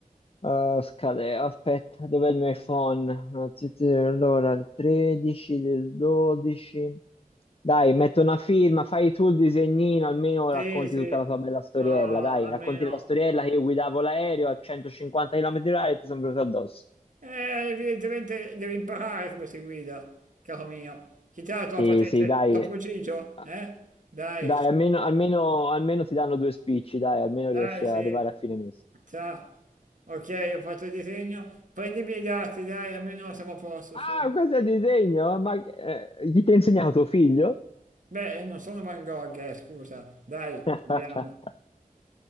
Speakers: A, on the left; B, on the right.
A: eh, scade, aspetta, dov'è il mio iPhone? Ah, sì, sì, Allora, il 13 del 12. Dai, metto una firma, fai tu il disegnino, almeno
B: Sì,
A: racconti
B: sì,
A: tutta la tua bella storiella.
B: Ah,
A: Dai,
B: almeno...
A: racconti la storiella che io guidavo l'aereo a 150 km h e ti sono venuto addosso.
B: Eh, evidentemente devi imparare come si guida, caro mio. Chi te la tua
A: Sì,
B: patente?
A: sì, dai,
B: T'ho ucciso?
A: ah,
B: Eh? Dai,
A: dai,
B: su,
A: almeno, almeno, almeno ti danno due spicci, dai, almeno
B: dai,
A: riesci ad
B: sì.
A: arrivare a fine mese.
B: Sa. Ok, ho fatto il disegno. Prendi i miei dati, dai, almeno siamo a posto,
A: Ah,
B: su.
A: questo è il disegno? Ma che- eh, chi ti ha insegnato tuo figlio?
B: Beh, non sono Van Gogh, eh, scusa. Dai,
A: <laughs>
B: andiamo.